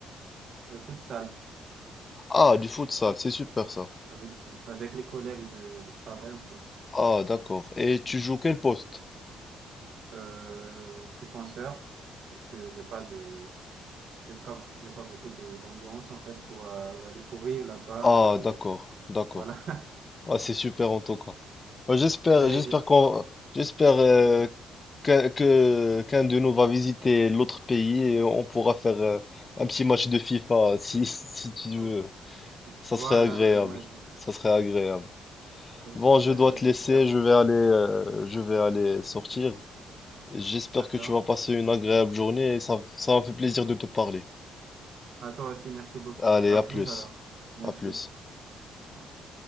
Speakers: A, on the right (about 60°); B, on the left (about 30°).
A: euh, futsal,
B: Ah, du futsal, c'est super ça.
A: ah, oui, c'est ça, avec les collègues de, de travail, en fait.
B: Ah, d'accord. Et tu joues quel poste?
A: Euh, défenseur, parce que j'ai pas de J'ai pas, j'ai pas beaucoup de- d'endurance en fait pour euh, aller courir là-bas
B: Ah,
A: et
B: d'accord, d'accord.
A: voilà.
B: Ah, c'est super en tout cas. Bah, j'espère,
A: <laughs> Mais
B: j'espère
A: j'ai,
B: qu'on, j'espère euh, qu'un, que, qu'un de nous va visiter l'autre pays et on pourra faire euh, un petit match de FIFA si, <laughs> si tu
A: euh,
B: veux. Ça
A: voilà,
B: serait agréable.
A: j'aimerais bien.
B: Ça serait agréable.
A: Donc
B: Bon,
A: ce serait
B: je dois te laisser.
A: agréable.
B: Je vais aller, euh, je vais aller sortir. J'espère
A: D'accord.
B: que tu vas passer une agréable journée et ça, ça m'a fait plaisir de te parler.
A: À toi aussi, merci beaucoup.
B: Allez,
A: À
B: à
A: plus
B: plus.
A: alors. Merci.
B: À plus.
A: Ouais.